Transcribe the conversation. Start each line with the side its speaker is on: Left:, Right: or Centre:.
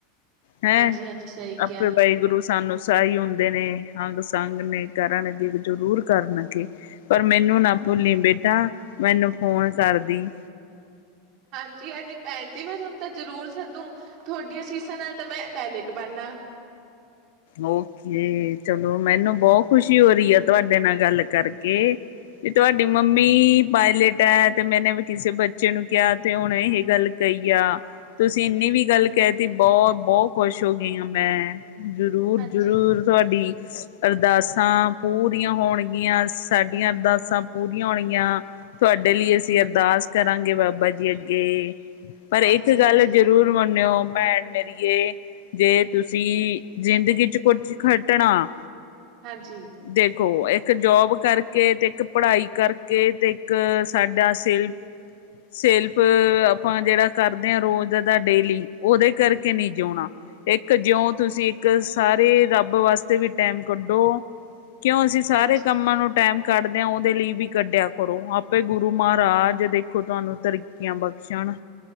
Left: ਹੈਂ
Right: ਹਾਂਜੀ-ਹਾਂਜੀ ਸਹੀ ਕਿਹਾ
Left: ਆਪੇ ਵਾਹਿਗੁਰੂ ਸਾਨੂੰ ਸਾਹੀ ਹੁੰਦੇ ਨੇ, ਅੰਗ ਸੰਗ ਨੇ ਕਰਨ ਅੱਗੇ ਜ਼ਰੂਰ ਕਰਨ ਅੱਗੇ, ਪਰ ਮੈਨੂੰ ਨਾ ਭੁੱਲੀ ਬੇਟਾ, ਮੈਨੂੰ ਫੋਨ ਕਰ ਦੇਈ
Right: <unintelligible> ਹਾਂਜੀ-ਹਾਂਜੀ ਭੈਣ ਜੀ ਮੈਂ ਤੁਹਾਨੂੰ ਤਾਂ ਜ਼ਰੂਰ ਸਦੂ, ਤੁਹਾਡੀਆਂ ਅਸੀਸ਼ਾਂ ਨਾਲ ਤਾਂ, ਮੈਂ ਪਾਏਲੇਟ ਬਣਨਾ।
Left: ਔਕੇ, ਚਲੋ ਮੈਨੂੰ ਬੌ ਖੁਸ਼ੀ ਹੋ ਰੀ ਐ ਤੁਹਾਡੇ ਨਾਲ ਗੱਲ ਕਰਕੇ। ਕੀ ਤੁਹਾਡੀ ਮੰਮੀ ਪਾਯੇਲਟ ਐ, ਤੇ ਮੈਨੇ ਵੀ ਕਿਸੇ ਬੱਚੇ ਨੂੰ ਕਿਆ ਤੇ ਔਹਣੇ ਏ ਗੱਲ ਕਈ। ਯਾ ਤੁਸੀਂ ਇੰਨੀ ਵੀ ਗੱਲ ਕਹਿ ਤੀ, ਬੌਤ ਬੌ ਖੁਸ਼ ਹੋ ਗੀ ਆਂ ਮੈਂ। ਜ਼ਰੂਰ
Right: ਹਾਂਜੀ,
Left: ਜ਼ਰੂਰ ਤੁਹਾਡੀ ਅਰਦਾਸਾਂ ਪੂਰੀਆਂ ਹੋਣਗੀਆਂ‌ ਸਾਡੀਆਂ ਅਰਦਾਸਾਂ ਪੂਰੀਆਂ ਹੋਣਗੀਆਂ, ਤੁ ਤੁਹਾਡੇ ਲਈ ਅਸੀਂ ਅਰਦਾਸ ਕਰਾਂਗੇ, ਬਾਬਾ ਜੀ ਅੱਗੇ। ਪਰ ਏਕ
Right: ਹਾਂਜੀ-ਹਾਂਜੀ,
Left: ਗੱਲ ਜ਼ਰੂਰ ਮੰਨਿਓ ਭੈਣ ਮੇਰੀਏ, ਜੇ ਤੁਸੀਂ ਜ਼ਿੰਦਗੀ ਚ ਕੁੱਛ ਖੱਟਣਾ,
Right: ਹਾਂਜੀ,
Left: ਦੇਖੋ ਏ ਇੱਕ ਜੋਬ ਕਰਕੇ, ਤੇ ਇੱਕ ਪੜ੍ਹਾਈ ਕਰਕੇ, ਤੇ ਇੱਕ ਸਾਡਾ ਸਿਰ ਸਿਰ੍ਫ ਅਪਾਂ ਜੇੜਾ ਕਰਦੇ ਆਂ ਰੋਜ਼ ਦਾ ਡੇਲੀ ਔਦੇ ਕਰਕੇ ਨੀ ਜਿਉਣਾ, ਇੱਕ ਜਿਉਂ ਤੁਸੀਂ ਇੱਕ ਸਾਰੇ ਰੱਬ ਵਾਸਤੇ ਵੀ ਟੈਮ ਕੱਢੋ। ਕਿਉਂ ਅਸੀਂ ਸਾਰੇ
Right: ਹਾਂਜੀ
Left: ਕੰਮਾਂ ਨੂੰ ਟੈਮ ਕੱਢਦਿਆਂ, ਉਹਦੇ ਲਈ ਵੀ ਕੱਢਿਆ ਕਰੋ ਆਪੇ ਗੁਰੂ ਮਹਾਰਾਜ ਦੇ ਦੇਖੋ ਤੁਹਾਨੂੰ ਤਰੱਕੀਆਂ ਬਖਸ਼ਣ,